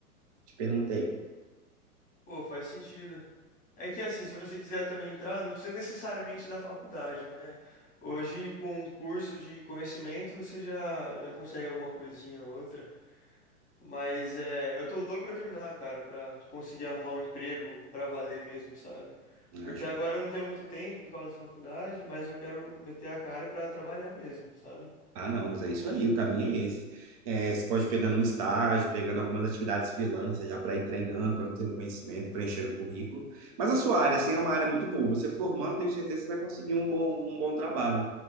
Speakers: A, on the right; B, on the left.
A: te perguntei,
B: Pô, faz sentido. É que assim, se você quiser também entrar, não precisa necessariamente da faculdade, né? Hoje, com um curso de conhecimento, você já, já consegue alguma coisinha ou outra. Mas é, eu tô louco pra terminar, cara, pra conseguir arrumar um emprego pra valer mesmo, sabe?
A: eu
B: Porque
A: acho.
B: agora eu não tenho muito tempo por causa da faculdade, mas eu quero meter a cara pra trabalhar mesmo, sabe?
A: Ah, não, mas é isso aí, o caminho é esse. É, você pode pegar um estágio, pegando algumas atividades freelance já para ir treinando, para não ter conhecimento e preenchendo o currículo. Mas a sua área, assim, é uma área muito boa. Você formando, tenho certeza que você vai conseguir um bom, um bom trabalho.